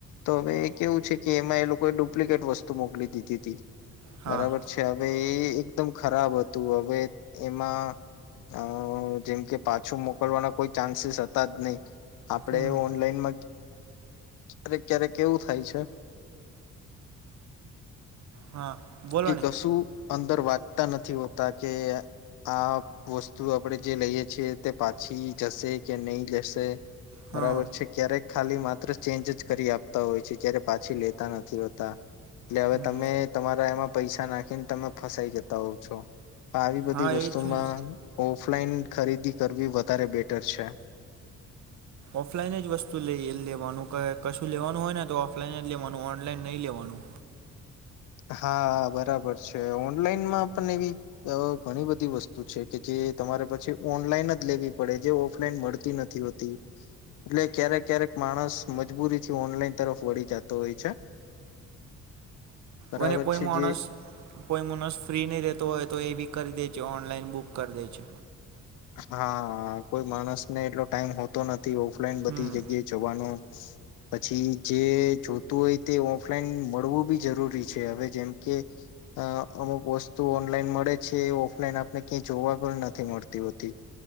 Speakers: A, on the left; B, on the right.
A: તો હવે એ કેવું છે કે એમાં એ લોકોએ ડુપ્લિકેટ વસ્તુ મોકલી દીધી તી.
B: હા
A: બરાબર છે હવે એકદમ ખરાબ હતું હવે એમાં અઅઅ જેમ કે પાછો મોકલવાના કોઈ ચાન્સીસ અ ત જ નહી. આપડે
B: હમ
A: ઓનલાઈન માં ક્યારેક ક્યારેક એવું થાય છે
B: હા બોલો
A: કે
B: ને
A: કશું અન અંદર વાંચતા નથી હોતા કે આ વસ્તુ આપડે જે લઈએ છીએ તે પાછી જશે કે નહી લેશે.
B: હા
A: બરાબર છે ક્યારેક ખાલી માત્ર ચેન્જ જ કરી આપતા હોય છે. જયારે પાછી લેતા નથી હોતા. એટલે હવે
B: હમ
A: તમે તમારા એમાં પૈસા નાખીને તમે ફસાઈ જતા હોવ છો. આવી બધી
B: હા
A: વસ્તુમાં
B: એ જ છે ને
A: ઓફલાઈન ખરીદી કરવી વધારે બેટર છે.
B: ઓફલાઈન જ વસ્તુ લઈ લેવાનું ક કશું લેવાનું હોય ને તો ઓફલાઈન જ લેવાનું ઓનલાઈન નહી લેવાનું.
A: હા બરાબર છે. ઓનલાઈનમાં પણ એવી અ ઘણી બધી વસ્તુ છે કે જે તમારે પછી ઓનલાઈન જ લેવી પડે જે ઓફલાઈન મળતી નથી હોતી. એટલે ક્યારેક ક્યારેક માણસ મજબૂરીથી ઓનલાઈન તરફ વળી જાતો હોય છે. બરાબર
B: વને કોઈ
A: છે
B: માણસ
A: જે
B: કોઈ માણસ ફ્રી નઈ રહેતુ હોય તો એ બી કરી દે છે ઓનલાઈન બુક કરી દે છે.
A: હા કોઈ માણસ ને એટલો ટાઈમ હોતો ન ઓફલાઈન બધી
B: હમ
A: જગ્યાએ જવાનો પછી જે જોતું હોય તે ઓફલાઈન મળવું બી જરૂરી છે. હવે જેમ કે અ અમુક વસ્તુ ઓનલાઈન મળે છે. ઓફલાઈન આપને ક્યાંય જોવા પણ નથી મળ તીવતી